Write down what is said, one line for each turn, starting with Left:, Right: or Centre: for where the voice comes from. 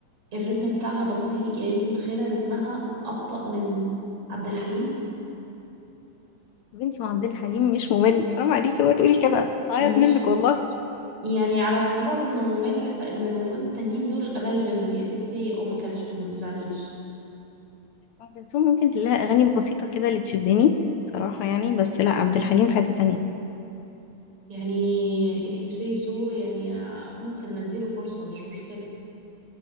Right: الريتم بتاعها بطيء يعني انت متخيلة رتمها أبطأ من عبد الحليم
Left: يا بنتي ما عبد الحليم مش ممل حرام عليكي وقت تقولي كده هعيط
Right: مش
Left: منك والله
Right: يعني على افتراض انه ممل فان المفروض التانيين دول امل منه يا ستي ام كلثوم ما تزعليش
Left: ام كلثوم ممكن تلاقي اغاني بسيطه كده اللي تشدني صراحه يعني بس لا عبد الحليم في حته تانية
Right: يعني if you say so يعني ممكن نديله فرصة مش مشكلة